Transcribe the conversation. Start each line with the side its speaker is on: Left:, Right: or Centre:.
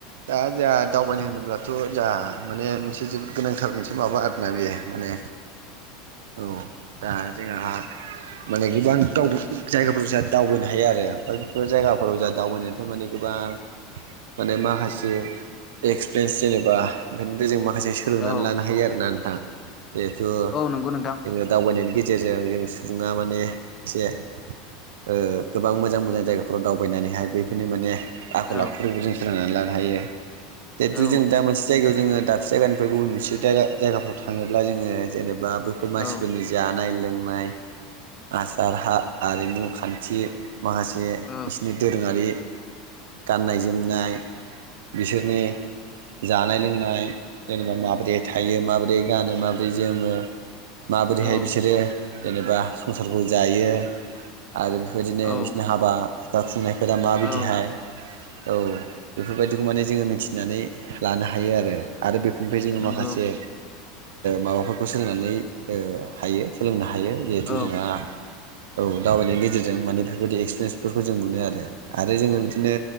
Right: दा जोंहा दावबायनो होनोब्लाथ' जाहा माने मोनसे जोबोद गोनांथार मोनसे माबा आरोना बेयो माने औ दा जोंहा माने गोबां द जायगाफोर जों दावबायनो हायो आरो ओमफ्राय बेफोर जायगाफोराव जाोंहा दावबायनायनिफ्राय माने गोबां माने माखासे एक्सपिरियेन्स जेनेबा बेनिफ्राय जों मा खासे सोलोंनानै
Left: औ
Right: लानो हायो आरोना नोंथां जिहेथु
Left: औ नंगौ नोंथां
Right: जोंङो दावबायनायनि गेजेरजों जों सुबुंङा माने एसे ओ गोबां मोजां मोजां जायगाफोराव दावबायनानैहाय बेफोरनि माने जों
Left: औ
Right: सोलोंनानै लानो हायो जितु
Left: औ
Right: जों दा मोनसे जायगायाव जो मोनसे जायगानिफ्राय गुबुन मोनसे जायगाफ्राव थानङोब्ला जोंङो जेनेबा बैफोर मानसिफोरनि
Left: औ
Right: जानाय लोंनाय आसार आरिमु खान्थि माखासे
Left: औ
Right: बिसनि दोरोंङारि गाननाय जोमनाय बिसोरनि जानाय लोंनाय जेनेबा माब्रै थायो माबोरै गानो माबोरै जोमो माबोरैहाय
Left: औ
Right: बिसोरो जेनेबा संसारखौ जायो आरो बेबायदिनो
Left: औ
Right: बिसनि हाबा हुखा खुंनायफोरा माबायदिहाय
Left: औ
Right: औ बेफोरबायदिखौ माने जोङो मिथिनानै लानो हायो आरो आरो बेफोरनिफ्राय जोङो
Left: नंगौ
Right: माखासे माबाफोरखौ सोलोंनानै हायो सोलोंनो हायो जिहेथु
Left: औ
Right: जोंहा औ दावबायनायनि गेजेरजों माने बेफोरबायदि एक्सपिरियेन्सफोरखौ जों मोनो आरो आरो जोङो बिदिनो